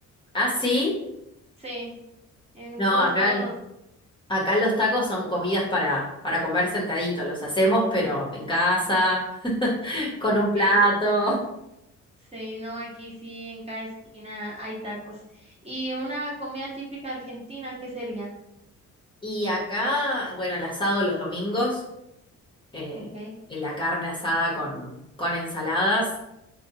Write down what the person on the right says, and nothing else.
Sí, en
todos
lados los...
Ok,
sí, no, aquí sí, en cada esquina hay tacos. Y una comida típica argentina, ¿qué sería?
Ok,